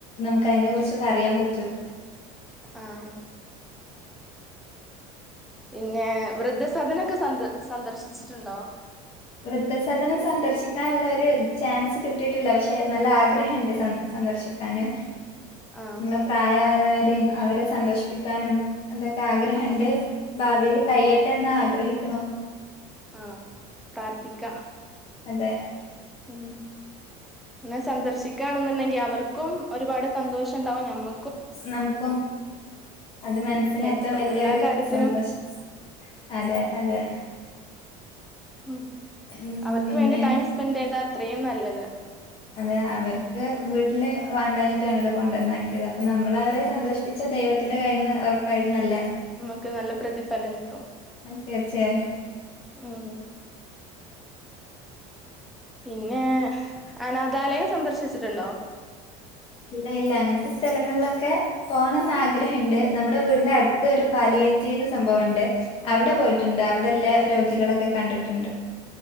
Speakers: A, on the left (about 35°); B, in the centre.
A: നമുക്ക് അതിനെ കുറിച്ചൊക്കെ അറിയാൻ പറ്റും
B: ആഹ് പിന്നെ വൃദ്ധസദനൊക്കെ സന്ദർ സന്ദർശിച്ചിട്ടുണ്ടോ
A: വൃദ്ധസധനം സന്ദർശിക്കാള്ള ഒരു ചാൻസ് കിട്ടിട്ടില്ല പക്ഷെ നല്ല ആഗ്രഹണ്ട് സ സന്ദർശിക്കാന്
B: ആ
A: പിന്നെ പ്രായാരോരം അവരെ സന്തോഷിപ്പിക്കാനും ഇതൊക്കെ ആഗ്രഹണ്ട്
B: ആ
A: ഭാവില് കയ്യട്ടെന്ന് ആഗ്രഹിക്ക്ണു
B: ആഹ് പ്രാർത്തിക്ക
A: ന്ന്ട്ട്
B: ഉം ഇങ്ങെ സന്ദർശിക്കാണെന്ന്ണ്ടെങ്കി അവർക്കും ഒരുപാട് സന്തോഷം ണ്ടാവും ഞമ്മ
A: നമക്കും അത് മനസ്സിന്
B: അല്ലെ
A: ഏറ്റവും വല്ല്യൊരു
B: എല്ലാ കാര്യത്തിനും
A: സന്തോഷം അതെ അതെ
B: ഉം
A: ഉം
B: അവർക്ക്
A: പിന്നീട്
B: വേണ്ടി ടൈം സ്പെൻഡെയ്താ അത്രീം നല്ലത്
A: അതെ അവർക്ക് വീട്ടില് വാണ്ടാഞ്ഞിട്ടാണല്ലോ കൊണ്ടന്നാക്കിയത് അപ്പൊ നമ്മളവരെ സന്തോഷി പ്പിച്ച ദൈവത്തിന്റെ കയ്യ്ന്ന് ഒറപ്പായും നല്ലെ
B: നമ്മക്ക് നല്ല പ്രതിഫലം കിട്ടും
A: അത് തീർച്ചയായും
B: ഉം പിന്നെ അനാഥാലയം സന്ദർശിച്ചിട്ടുണ്ടോ
A: ഇല്ല ഇല്ല അങ്ങൻത്തെ സ്ഥലങ്ങളിലൊക്കെ പോണംന്ന് ആഗ്രഹണ്ട് നമ്മുടെ വീടിന്റെ അട്ത്ത്
B: ആ
A: ഒരു പാലിയേറ്റീവ് സംഭവണ്ട് അവടെ പോയിട്ടുണ്ട്
B: ആ
A: അവ ടെല്ലെ രോഗികളൊക്കെ കണ്ടിട്ട്ണ്ട്